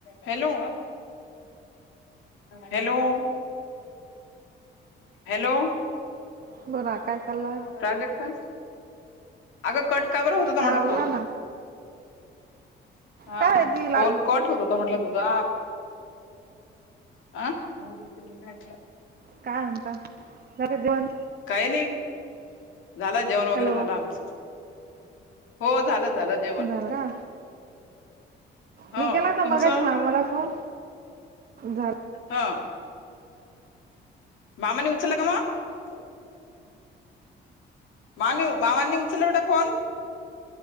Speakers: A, on the left; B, on the right.
A: hello hello hello
B: बोला काय चाललं
A: प्राजक्ता अगं कट काबर होतोय तुम्हला
B: हा बोला
A: फोन
B: ना
A: हा
B: काय ती लाड
A: फोन कट होत होता म्हंटलं तुझा आं काय
B: काय म्हणता झालं जेवण
A: काय नाही झाला जेवण वगैरे
B: हॅलो
A: झालं आमचं हो झालं झालं जेवण
B: झाल ग
A: हो
B: मी केला तर
A: तुमचं
B: मगाशी मामाला फोन द
A: हा मामांना उचलला का माय मालू मामांनी उचलला का फोन